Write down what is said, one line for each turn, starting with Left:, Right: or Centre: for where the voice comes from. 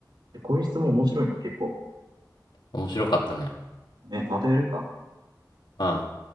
Right: こういう質問面白いな、結構。
Left: 面白かったね。
Right: ね、またやるか。
Left: ああ。